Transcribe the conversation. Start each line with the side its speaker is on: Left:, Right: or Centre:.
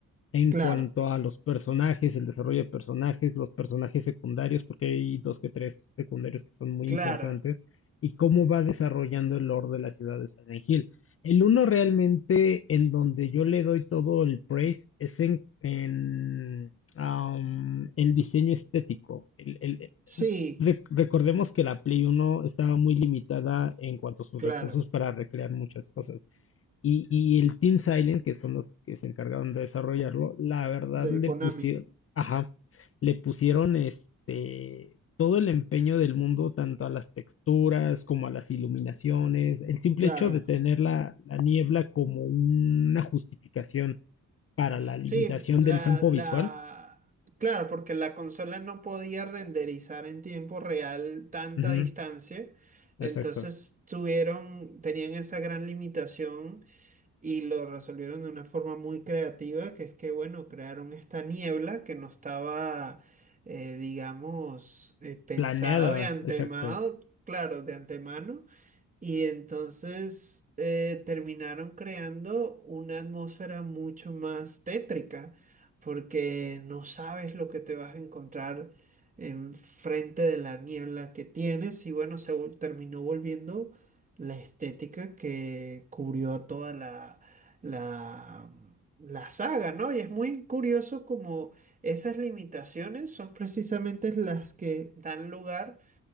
Left: en
Right: claro,
Left: cuanto a los personajes, el desarrollo de personajes, los personajes secundarios, porque hay dos que tres secundarios que son muy
Right: claro,
Left: importantes, y cómo va desarrollando el lore de la ciudad de Silent Hill. El uno realmente en donde yo le doy todo el praise es en, en, am, el diseño estético. El- el-
Right: sí,
Left: el- rec- recordemos que la Play Uno estaba muy limitada en cuanto a sus
Right: claro,
Left: recursos para recrear muchas cosas. Y, y el Team Silent, que son los que se encargaron de desarrollarlo, la verdad
Right: de
Left: le
Right: Konami,
Left: pusieron, ajá, le pusieron este todo el empeño del mundo, tanto a las texturas como a las iluminaciones. El simple
Right: claro.
Left: hecho de tener la, la niebla como una justificación para la limitación
Right: Sí, la,
Left: del campo
Right: la,
Left: visual.
Right: claro, porque la consola no podía renderizar en tiempo real tanta
Left: Ujú,
Right: distancia,
Left: exacto.
Right: entonces tuvieron, tenían esa gran limitación y lo resolvieron de una forma muy creativa, que es que, bueno, crearon esta niebla que no estaba, eh, digamos, eh, pensada
Left: Planeada,
Right: de antemano,
Left: exacto.
Right: claro, de antemano y entonces eh, terminaron creando una atmósfera mucho más tétrica, porque no sabes lo que te vas a encontrar enfrente de la niebla que tienes. Y bueno, se vol- terminó volviendo la estética que cubrió a toda la, la, la saga, ¿no? Y es muy curioso como esas limitaciones son precisamente las que dan lugar